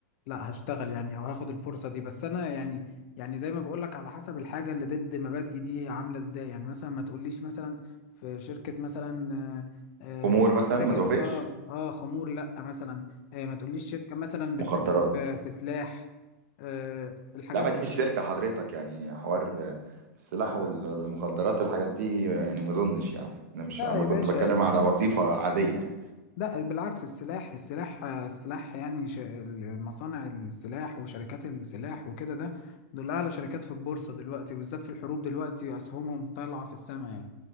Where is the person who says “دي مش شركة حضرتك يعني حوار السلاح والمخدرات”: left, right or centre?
Right